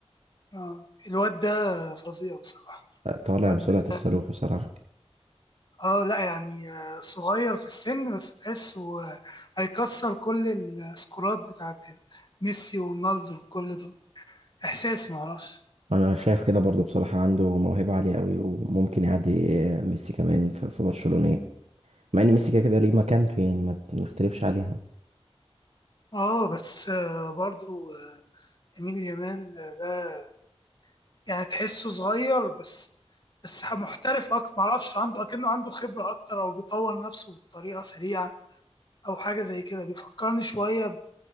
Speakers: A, on the left; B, on the right.
A: اه الواد ده فظيع بصراحة
B: آه، طالع
A: الواد
B: بسرعه
A: ده
B: الصاروخ بصراحه
A: اه لا يعني آه، صغير في السن بس تحسه آه، هيكسر كل السكورات بتاعت ميسي ورونالدو وكل دول احساسي معرفش
B: انا شايف كده برضو بصراحة عنده موهبة عالية قوي وممكن يعدي آه، ميسي كمان في في برشلونة يعني. مع ان ميسي كده كده ليه مكانته يعني ما ت- ما نختلفش عليها
A: اه بس آه برضو آه، يمين يامال آه، ده يعني تحسه صغير بس بس محترف اكتر معرفش عنده اكنه عنده خبرة اكتر او بيطور نفسه بطريقة سريعة او حاجة زي كده بيفكرني شوية